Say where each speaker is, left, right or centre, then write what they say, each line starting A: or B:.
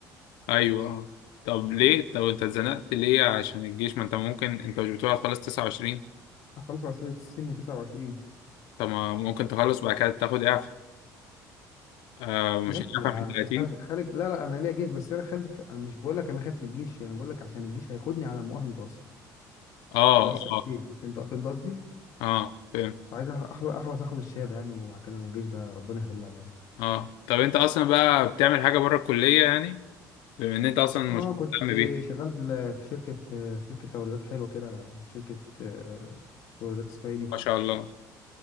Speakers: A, on the left; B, on the left.
A: ايوه اه طب ليه؟ طب انت اتزنقت ليه عشان الجيش ما انت ممكن انت مش بتقول هتخلص 29
B: خلص عصير السن 29
A: طب ما ممكن تخلص وبعد كده تاخد اعفاء آه مش
B: ماشي
A: اعفاء
B: بقى
A: من 30
B: خ- خارج خارج لا لا انا ليا جيش بس انا خالد في... أنا مش بقول لك انا خايف من الجيش انا بقول لك عشان الجيش هياخدني على مؤهل متوسط
A: اه
B: اللي هو السنتين
A: اه
B: فهمت فهمت قصدي
A: اه فاهم
B: فعايز أخ- أخلص, اخلص اخد الشهاده يعني وبعد كده الجيش ده ربنا يحلها يعني
A: اه طب انت اصلا بقى بتعمل حاجة بره الكلية يعني بما ان انت اصلا مش
B: اه كنت
A: مهتم بيها
B: شغال في شركه شركه توريدات حلوه كده شركه آه، توريدات اسمها ايه دي
A: ما شاء الله